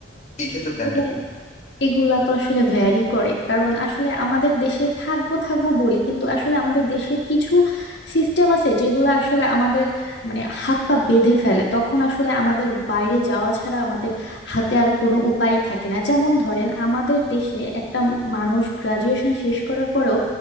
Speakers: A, on the left; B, on the left.
A: এই ক্ষেত্রে প্ল্যানটা
B: না
A: কি
B: এগুলা তো আসলে ভ্যারি করে কারণ আসলে আমাদের দেশে থাকবো থাকবো বলি কিন্তু আসলে আমাদের দেশের কিছু সিস্টেম আছে যেগুলো আসলে আমাদের মানে হাত পা বেঁধে ফেলে তখন আসলে আমাদের বাইরে যাওয়া ছাড়া আমাদের হাতে আর কোনো উপায় থাকে না যেমন ধরেন আমাদের দেশে একটা মানুষ গ্রাজুয়েশন শেষ করার পরেও